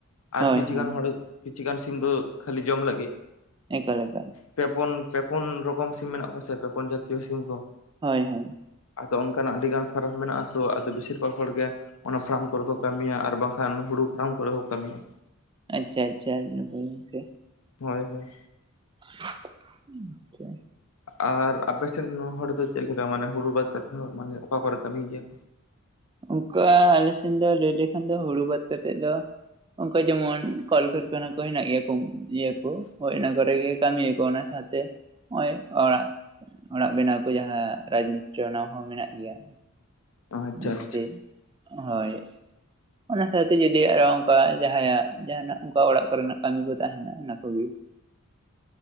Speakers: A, on the left (about 75°); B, on the right (about 20°).
A: ᱟᱨ
B: ᱦᱳᱭ
A: ᱠᱤᱪᱷᱩ
B: ᱦᱳᱭ
A: ᱜᱟᱱ ᱦᱚᱲ ᱠᱤᱪᱷᱩ ᱜᱟᱱ ᱥᱤᱢ ᱫᱚ ᱠᱷᱟᱹᱞᱤ ᱡᱚᱢ ᱞᱟᱹᱜᱤᱫ ᱾
B: ᱮᱠᱟᱞ ᱮᱠᱟᱞ ᱾
A: ᱯᱮᱼᱯᱩᱱ, ᱯᱮᱼᱯᱩᱱ ᱨᱚᱠᱚᱢ ᱥᱤᱢ ᱢᱮᱱᱟᱜ ᱠᱚᱣᱟ ᱥᱮ ᱯᱮᱼᱯᱩᱱ ᱡᱟᱹᱛᱤᱭᱚ ᱥᱤᱢ ᱠᱚ
B: ᱦᱳᱭ ᱦᱳᱭ᱾
A: ᱟᱫᱚ ᱚᱱᱠᱟᱱᱟᱜ ᱟᱹᱰᱤ ᱜᱟᱱ ᱯᱷᱟᱨᱟᱢ ᱢᱮᱱᱟᱜᱼᱟ ᱛᱚ ᱟᱫᱚ ᱵᱮᱥᱤᱨ ᱵᱷᱟᱜᱽ ᱦᱚᱲ ᱜᱮ ᱚᱱᱟ ᱯᱷᱟᱨᱟᱢ ᱠᱚᱨᱮ ᱠᱚ ᱠᱟᱹᱢᱤᱭᱟ ᱟᱨ ᱵᱟᱝ ᱠᱷᱟᱱ ᱦᱩᱲᱩ ᱯᱷᱟᱨᱟᱢ ᱠᱚᱨᱮ ᱠᱚ ᱠᱟᱹᱢᱤᱭᱟ ᱾
B: ᱟᱪᱪᱷᱟ ᱟᱪᱪᱷᱟ ᱦᱩᱸᱢ ᱜᱚᱝᱠᱮ᱾
A: ᱦᱳᱭ ᱦᱳᱭ᱾
B: <inaudible> ᱟᱪᱪᱷᱟ
A: ᱟᱜ ᱟᱨ ᱟᱯᱮᱥᱮᱱ ᱦᱚᱲ ᱫᱚ ᱪᱮᱫ ᱞᱮᱠᱟ ᱢᱟᱱᱮ ᱦᱩᱲᱩ ᱵᱟᱫᱽ ᱠᱟᱛᱮ ᱦᱚᱸ ᱢᱟᱱᱮ ᱚᱠᱟ ᱠᱚᱨᱮ ᱠᱟᱹᱢᱤᱭ ᱜᱮᱭᱟ?
B: ᱚᱱᱠᱟ ᱟᱞᱮ ᱥᱮᱱ ᱫᱚ ᱞᱟᱹᱭ ᱞᱮᱠᱷᱟᱱ ᱫᱚ ᱦᱩᱲᱩ ᱵᱟᱫ ᱠᱟᱛᱮᱜ ᱫᱚ ᱚᱠᱚᱭ ᱡᱮᱢᱚᱱ ᱠᱚᱞ ᱠᱟᱨᱠᱷᱟᱱᱟ ᱠᱚ ᱦᱮᱱᱟᱜ ᱜᱮᱭᱟ ᱠᱚ ᱤᱭᱟᱹᱠᱚ, ᱦᱳᱭ ᱚᱱᱟ ᱠᱚᱨᱮ ᱜᱮ ᱠᱟᱹᱢᱤᱭᱟ ᱠᱚ ᱚᱱᱟ ᱚᱱᱟ ᱛᱮ ᱦᱚᱸᱜᱼᱚᱭ ᱚᱲᱟᱜ᱾ ᱚᱲᱟᱜ ᱵᱮᱱᱟᱣ ᱠᱚ ᱡᱟᱦᱟᱸ ᱨᱟᱡᱽ ᱢᱤᱥᱛᱨᱤ ᱚᱱᱟ ᱦᱚᱸ ᱢᱮᱱᱟᱜ ᱜᱮᱭᱟ᱾
A: ᱟᱪᱪᱷᱟ
B: ᱢᱤᱥᱛᱨᱤ
A: ᱟᱪᱪᱷᱟ
B: ᱦᱳᱭ ᱾ ᱚᱱᱟ ᱥᱟᱶᱛᱮ ᱡᱩᱫᱤ ᱟᱨᱚ ᱚᱱᱠᱟ ᱡᱟᱦᱟᱸᱭᱟᱜ ᱡᱟᱦᱟᱸᱱᱟᱜ ᱚᱱᱠᱟ ᱚᱲᱟᱜ ᱠᱚᱨᱮᱱᱟᱜ ᱠᱟᱹᱢᱤ ᱠᱚ ᱛᱟᱦᱮᱸᱱᱟ ᱚᱱᱟ ᱠᱚᱜᱮ ᱾